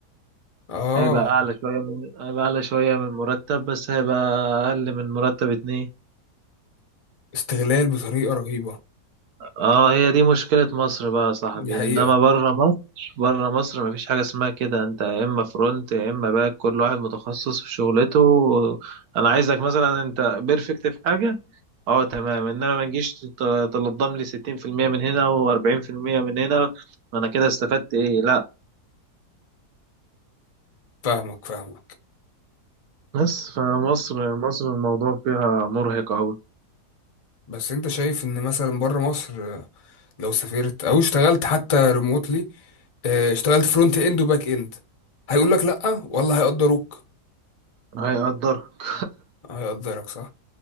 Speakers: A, on the left (about 35°); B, on the right (about 70°).
A: اه
B: هيبقى أعلى شوية من هيبقى أعلى شوية من مرتب بس هيبقى أقل من مرتب اتنين
A: استغلال بطريقه رهيبه
B: اه هي دي مشكلة مصر بقى يا صاحبي
A: دي حقيقه
B: انما بره مصر بره مصر مفيش حاجة اسمها كده انت يا اما فرونت يا اما باك كل واحد متخصص في شغلته انا عايزك مثلا انت بيرفكت في حاجة اه تمام انما ما تجيش تت- تلضم لي 60% من هنا و40% من هنا ما انا كده استفدت ايه لا
A: فاهمك فاهمك
B: بس فمصر مصر الموضوع فيها مرهق اوي
A: بس انت شايف ان مثلا بره مصر آه، لو سافرت او اشتغلت حتى ريموتلي اشتغلت فرونت اند وباك اند هيقول لك لا ولا هيقدروك
B: هيقدرك
A: هيقدرك صح